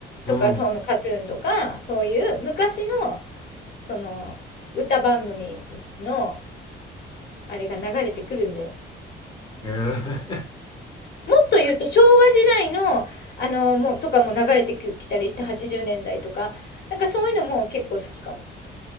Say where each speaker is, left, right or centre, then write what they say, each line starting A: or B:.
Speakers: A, on the left; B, on the left.
A: うん。
B: とかそのカトゥーンとかそういう昔のその歌番組のあれが流れてくるんだよ。
A: へえ。<laughs>
B: もっと言うと昭和時代のあのもうとかも流れてきたりして80年代とかなんかそういうのも結構好きかも。